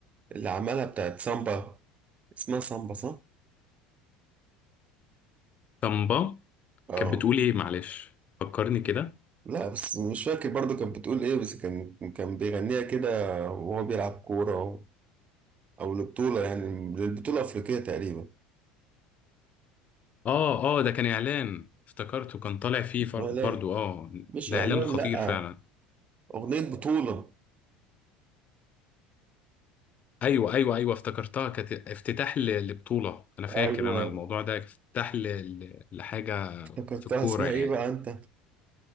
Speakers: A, on the right; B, on the left.
A: اللي عملها بتاعت سامبا اسمها سامبا صح؟
B: طنبا
A: اه
B: كانت بتقول إيه معلش فكرني كده
A: لا بس مش فاكر برضو كانت بتقول ايه بس كان كان بيغنيها كده وهو بيلعب كورة أو أو لبطولة يعني للبطولة الأفريقية تقريبا
B: اه اه ده كان اعلان افتكرته كان طالع فيه فر-
A: إعلان
B: برضو اه
A: مش
B: ده
A: إعلان
B: اعلان خطير
A: لأ
B: فعلا
A: أغنية بطولة
B: ايوه ايوه ايوه افتكرتها كانت افتتاح ل- لبطولة انا فاكر
A: أيوة
B: انا الموضوع ده افتتاح ل- ل- لحاجة
A: افتكرتها
B: في الكورة
A: اسمها
B: يعني
A: ايه بقى أنت؟